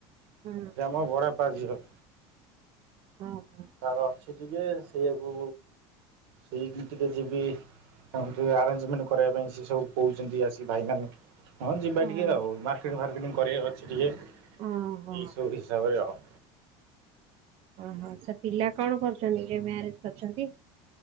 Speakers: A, on the right; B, on the right.
A: ହଁ
B: ଗ୍ରାମ ଭଡା ତା ଝିଅ।
A: ହଁ।
B: ତାର ଅଛି ଟିକେ ସେଇଆକୁ ସେଇଠି ଟିକେ ଯିବି ତାଙ୍କର ଟିକିଏ ଆରେଞ୍ଜମେଣ୍ଟ କରେଇବା ପାଇଁ ସେ ସବୁ କୋହୁଚନ୍ତି ଆସିକି ଭାଇମାନେ ହଁ ଯିବା
A: ଓହୋ
B: ଟିକେ ଆଉ ମାର୍କେଟିଙ୍ଗ ଫାର୍କେଟିଙ୍ଗ ପରେ ଅଛି ଟିକେ
A: ଓହୋ
B: ଏଇସବୁ ହିସାବରେ ଆଉ।
A: ଓହୋ ଆଛା ପିଲା କଣ କରୁଚନ୍ତି ଯେ ମ୍ୟାରେଜ କରୁଛନ୍ତି।